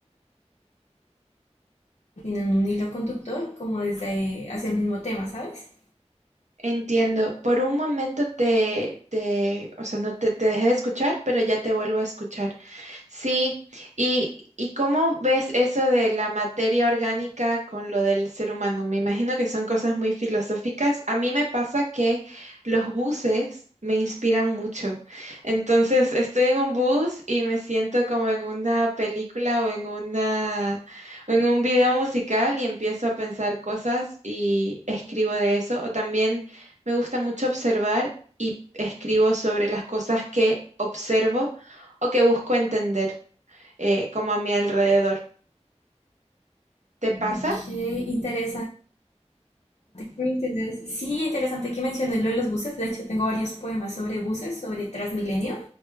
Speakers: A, on the left; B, on the right.
A: que tiene un hilo conductor, como desde ahí hacia el mismo tema, ¿sabes?
B: Entiendo. Por un momento te, te, o sea, no te, te dejé de escuchar, pero ya te vuelvo a escuchar. Sí, y, ¿y cómo ves eso de la materia orgánica con lo del ser humano? Me imagino que son cosas muy filosóficas. A mí me pasa que los buses me inspiran mucho. Entonces, estoy en un bus y me siento como en una película o en una, o en un video musical y empiezo a pensar cosas y escribo de eso. O también me gusta mucho observar y escribo sobre las cosas que observo o que busco entender eh, como a mi alrededor. ¿Te pasa?
A: Ok, interesante. Muy interesante. Sí, interesante que menciones lo de los buses. De hecho, tengo varios poemas sobre buses, sobre Transmilenio,